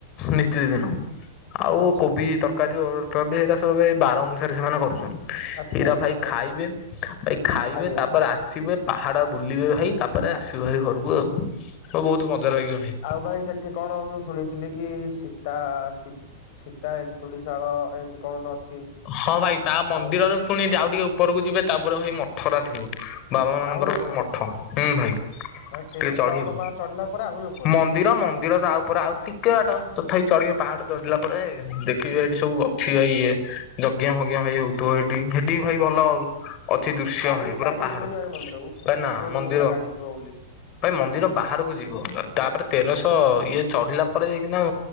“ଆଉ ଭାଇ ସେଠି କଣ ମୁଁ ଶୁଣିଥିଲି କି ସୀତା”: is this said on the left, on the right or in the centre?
Left